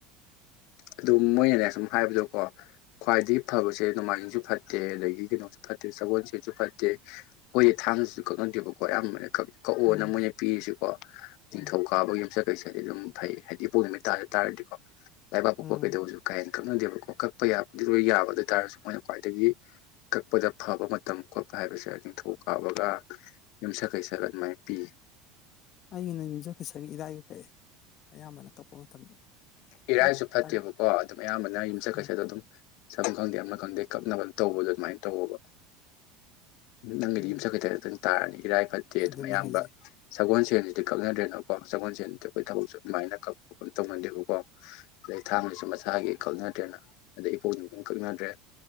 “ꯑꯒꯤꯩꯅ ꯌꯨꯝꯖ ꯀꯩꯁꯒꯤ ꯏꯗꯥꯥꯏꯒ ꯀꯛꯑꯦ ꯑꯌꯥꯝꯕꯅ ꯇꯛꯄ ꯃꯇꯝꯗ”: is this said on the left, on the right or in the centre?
Left